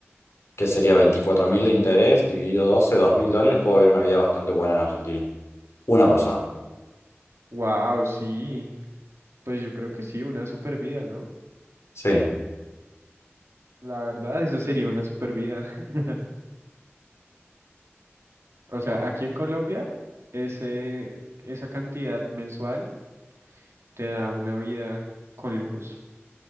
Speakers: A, on the left; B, on the right.
A: que sería veinticuatro mil de interés, dividido doce dos mil dólares, puedo vivir una vida bastante buena en Argentina. Una persona.
B: Wow, sí. Pues yo creo que sí, una super vida, ¿no?
A: Sí.
B: La verdad, eso sería una super vida. <laughs> O sea, aquí en Colombia, ese, esa cantidad mensual te da una vida con lujos.